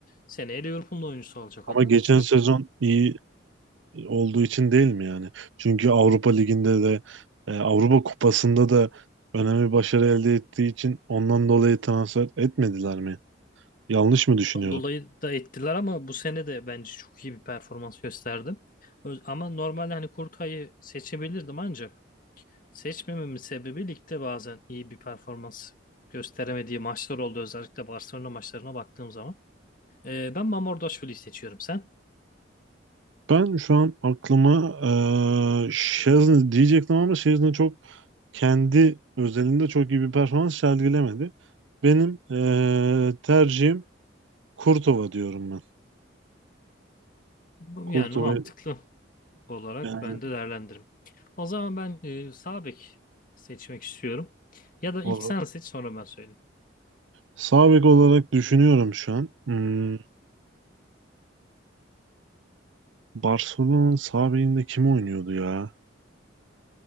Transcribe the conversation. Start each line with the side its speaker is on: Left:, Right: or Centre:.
Left: Seneye Liverpool'un oyuncusu olacak
Right: Ama
Left: o da.
Right: geçen
Left: Son
Right: sezon iyi olduğu için değil mi yani? Çünkü Avrupa Ligi'nde de e, Avrupa Kupası'nda da önemli başarı elde ettiği için ondan dolayı transfer etmediler mi? Yanlış mı düşünüyorum?
Left: seneden dolayı da ettiler ama bu sene de bence çok iyi bir performans gösterdi. Öz- Ama normalde hani Kurtay'ı seçebilirdim ancak Seçmememin sebebi ligde bazen iyi bir performans gösteremediği maçlar oldu. Özellikle Barcelona maçlarına baktığım zaman. Ee, ben Mamardashvili'yi seçiyorum sen.
Right: Ben şu an aklıma e, Szczesny diyecektim ama Szczesny çok kendi özelinde çok iyi bir performans sergilemedi. Benim e, tercihim Kurtova diyorum ben.
Left: Bu-
Right: Kurtova
Left: Yani mantıklı olarak
Right: yani
Left: ben de değerlendiririm. O zaman ben e, sağ bek seçmek istiyorum. Ya da
Right: olur.
Left: ilk sen seç sonra ben söyleyeyim.
Right: Sağ bek olarak düşünüyorum şu an. Hmm, Barcelona'nın sağ bekinde kim oynuyordu ya?